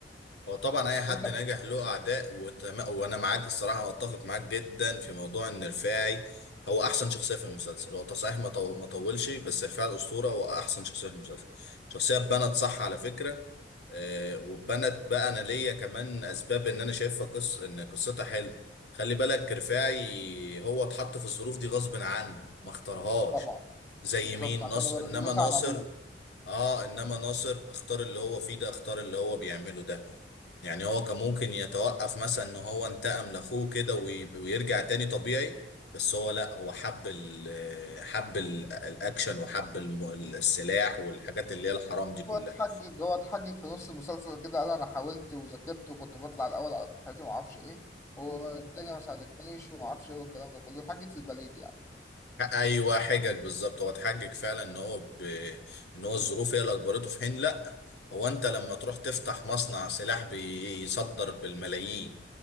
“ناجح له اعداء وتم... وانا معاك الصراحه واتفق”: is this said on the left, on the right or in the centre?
Left